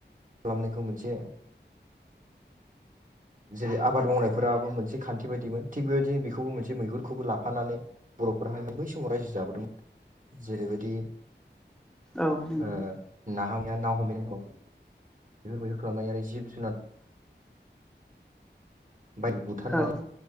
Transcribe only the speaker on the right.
खालामनायखौ मोनसे जेरै आबाद मावनायफ्राबो मोनसे खान्थि बायदिमोन थिग बेबायदिनो बेखौबो मोनसे मैहुरखौबो लाफानानै बरफोरा नै बै समाव रायजो जाबोदोंमोन जेरैबायदि
ओ नाहा मै हा ना हमहैनाय दं बि बफोरबायदि खालामनाय आरो जिब-जुनार बायदि बुथारनानै